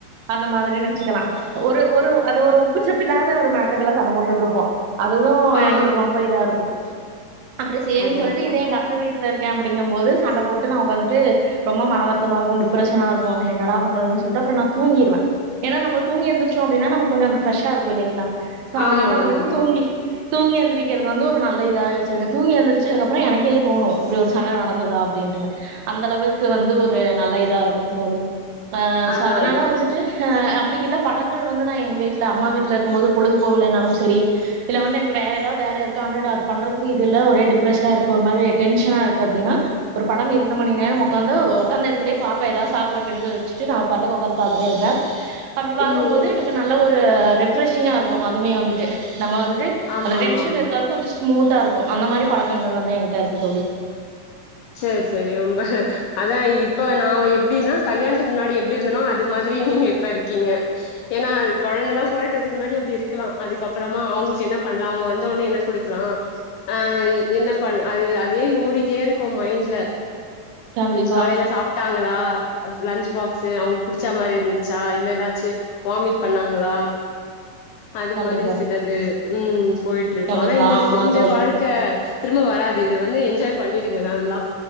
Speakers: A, on the right; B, on the left.
A: அந்த மாதிரின் வெச்சுக்கலா ஒரு ஒரு அது ஒரு உப்புச்சப்பில்லாத ஒரு மேட்ருக்கெல்லா சண்ட போட்டுட்ருப்போ அது எது
B: ஆ
A: எங்குளுக்கு ரொம்ப இதாருக்கு அப்றோ சேரின்
B: அதா
A: சொல்லிட்டு இதா எங்க அத்த வீட்ல இருக்கே அப்டிங்கும்போது சண்ட போட்டு நா உக்காந்துட்டு ரொம்ப மனவருத்தமாருக்கு டிப்ரஷனா இருக்கு என்னடா பண்றதுன் சொல்ட்டு அப்றோ நா தூங்கிடுவே ஏனா நம்ம தூங்கி எந்திரிச்சோ அப்டினா நமக்கு கொஞ்சோ அந்த ஃப்ரெஷாருக்கு இல்லைங்களா சோ அதனால
B: ஆமா
A: வந்துட்டு
B: ஆமா ஆமா
A: தூங்கி தூங்கி எந்திரிக்கிறது வந்து ஒரு நல்ல இதாவே வச்சிருக்கே தூங்கி எந்திரிச்சதுக்கு அப்றோ வந்து எனக்கே தோணு இப்டி ஒரு சண்ட நடந்துதா அப்டின்ட்டுனு அந்தளவுக்கு வந்து ஒரு நல்ல இதாருக்கு தோழி அ சோ
B: அதா
A: அதனால
B: அதா
A: வந்துட்டு அ அப்டி இல்ல படங்கள் வந்து நா எங்க வீட்ல அம்மா வீ்ட்ல இருக்கும்போது பொழுது போவுலனாலு சரி இல்ல வந்து எனக்கு வேற எதாது வேல இருக்கு ஆனா அது பண்றதுக்கு இது இல்ல ஒரே டிப்ரெஷனா இருக்கு ஒரு மாரி டென்ஷனாருக்கு அப்டினா ஒரு படம் இரண்டு மணிநேரம் உக்காந்து உக்காந்த எடத்துலே பாப்பே எதாது சாப்புட்றதுக்கு எடுத்து வச்சட்டு நா பாட்டுக்கு உக்காந்து பாத்துட்டே இருப்பே அப்டி பாக்கும்போது
B: ம்
A: எனக்கு நல்ல ஒரு ரிப்ரெஷிங்கா இருக்கு அதுமே வந்துட்டு நம்ம வந்து ட்டு
B: ஆமா
A: அந்த டென்ஷன்
B: ஆமா ஆமா
A: இருக்காது கொஞ்சோ ஸ்மூத்தாருக்கு அந்த மாரி பழக்கங்கள் வந்து எங்கிட்ட இருக்கு தோழி
B: சேரி சேரி ரொம்ப அதா இப்ப நா எப்டினா கல்யாணத்துக்கு முன்னாடி எப்டி இருந்தனோ அது மாதிரி நீங்க இப் இப்ப இருக்கீங்க ஏனா அது கொழந்தலா பொறக் க்கறதுக்கு முன்னாடி அப்டி இருக்கலா அதுக்கு அப்றமா அவங்களுக்கு என்ன பண்லா அவங்க வந்தவொன்னே என்ன குடுக்லா ஆ என்ன பண் அது அதே ஓடிட்டே இருக் க்கு மைன்ட்ல
A: கண்டிப்பா
B: ம் காலைல சாப் ட்டாங்களா லன்ச் பாக்ஸூ அவுங்குளுக்கு புடிச்ச மாரி இருந்துச்சா இல்ல எதாச்சு வாமிட் பண்ணாங்களா அது
A: கண்டிப்பா
B: மாதிரி சிலது ம் போயிட்ருக்கு
A: கண்டிப்பா
B: அதா இந்த
A: ஆமா
B: இந்த
A: தோழி
B: வாழ்க்க திரும்ப வராது இது வந்து என்ஜாய் பண்ணிருங்க நல்லா